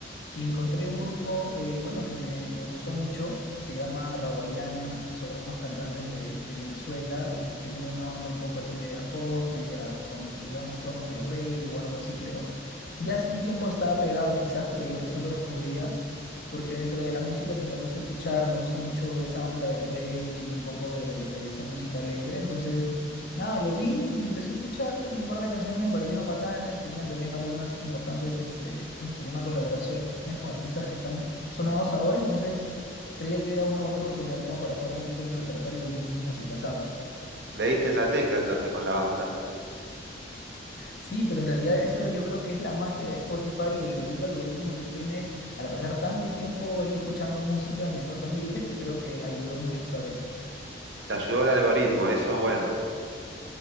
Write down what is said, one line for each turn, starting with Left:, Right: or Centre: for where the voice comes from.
Left: Y encontré un grupo, eh, bueno, que me, me gustó mucho, se llama Rawayana, son unos cantantes de, de Venezuela, eh, un- tienen una onda un poco así media pop, media con, digamos, tonos de reggae o algo así, creo. Ya hace un tiempo estaba pegado quizás, pero yo recién lo descubría, porque dentro de la música que me gusta escuchar, me gusta mucho esa onda del reggae y un poco de, de esa música alegre, entonces Nada, lo vi y empecé a escucharle y un par de canciones me parecieron bacanes, tenían también algunas importantes, este, ¿cómo se llama? Colaboraciones con artistas que están sonados ahora, entonces creía que era una buena oportunidad como para poder ampliar el repertorio de mu- música, ¿sabes?
Right: Le diste en la tecla entonces con la banda,
Left: Sí, pero en realidad eso yo creo que es la magia de Spotify y el bendito algoritmo que tiene al pasar tanto tiempo ahí escuchando música en mis ratos libres que creo que ayudó mucho esta vez.
Right: te ayudó el algoritmo, eso es bueno,